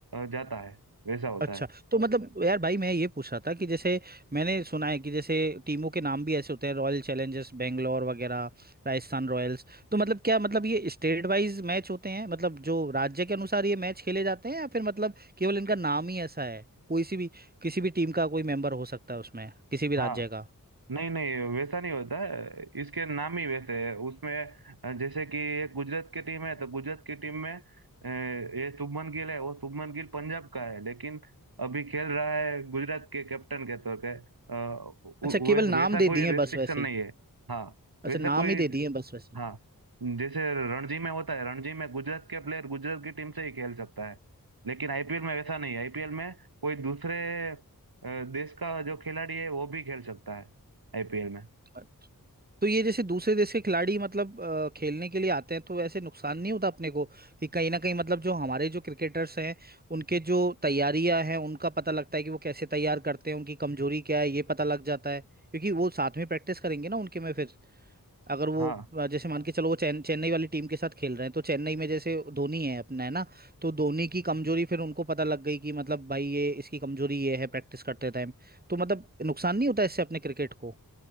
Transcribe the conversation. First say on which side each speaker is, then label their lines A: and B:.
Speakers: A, on the right; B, on the right.
A: जाता है वैसा होता
B: अच्छा
A: है
B: तो मतलब यार भाई मैं ये पूछ रहा था कि जैसे मैंने सुना है कि जैसे टीमों के नाम भी ऐसे होते हैं रॉयल चैलेंजर्स बेंगलोर वगैरह राजस्थान रॉयल्स तो मतलब क्या मतलब ये स्टेट वाइज मैच होते हैं मतलब जो राज्य के अनुसार ये मैच खेले जाते हैं या फिर मतलब केवल इनका नाम ही ऐसा है कोई सी भी किसी भी टीम का कोई मेंबर हो सकता है उसमें किसी भी
A: हाँ,
B: राज्य का
A: नहीं नहीं वैसा नहीं होता है इसके नाम ही वैसे है उसमें अ, जैसे कि एक गुजरात की टीम है तो गुजरात की टीम में अ, ये शुभमन गिल है वो शुभमन गिल पंजाब का है लेकिन अभी खेल रहा है गुजरात के कैप्टन के तौर पे अ, उ- उ-
B: अच्छा केवल
A: वै-
B: नाम
A: वैसा
B: दे
A: कोई
B: दिए
A: रेस्ट्रिक्शन
B: बस वैसे
A: नहीं
B: ही
A: है हाँ
B: अच्छा
A: वैसा
B: नाम
A: कोई
B: ही दे दिए बस वैसे
A: हाँ जैसे रणजी में होता है रणजी में गुजरात के प्लेयर गुजरात की टीम से ही खेल सकता है लेकिन आईपीएल में वैसा नहीं है आईपीएल में कोई दूसरे अ, देश का जो खिलाड़ी है वो भी खेल सकता है आईपीएल में
B: ही तो ये जैसे दूसरे देश के खिलाड़ी मतलब अ, खेलने के लिए आते हैं तो ऐसे नुकसान नहीं होता अपने को कि कहीं ना कहीं मतलब जो हमारे जो क्रिकेटर्स हैं उनके जो तैयारियां हैं उनका पता लगता है कि वो कैसे तैयार करते हैं उनकी कमजोरी क्या है ये पता लग जाता है क्योंकि वो साथ में प्रैक्टिस करेंगे ना उनके में फिर अगर वो
A: हाँ
B: अ, जैसे मान के चलो वो चेन, चेन्नई वाली टीम के साथ खेल रहे हैं तो चेन्नई में जैसे धोनी है अपना है ना तो धोनी की कमजोरी फिर उनको पता लग गई कि मतलब भाई ये इसकी कमजोरी ये है प्रैक्टिस करते टाइम तो मतलब नुकसान नहीं होता इससे अपने क्रिकेट को